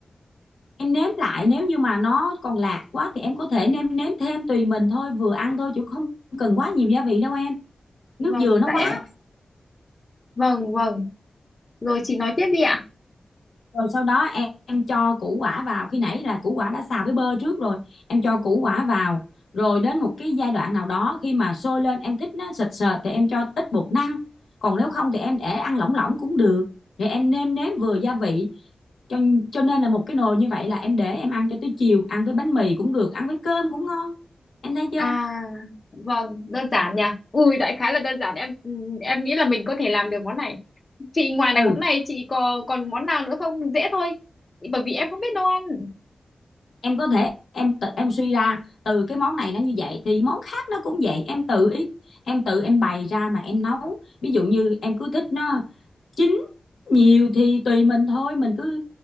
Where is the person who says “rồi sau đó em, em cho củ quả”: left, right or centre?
Left